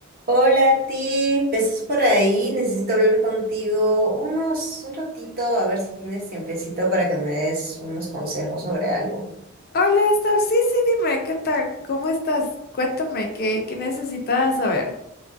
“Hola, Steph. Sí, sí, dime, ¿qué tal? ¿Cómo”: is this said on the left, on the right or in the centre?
Left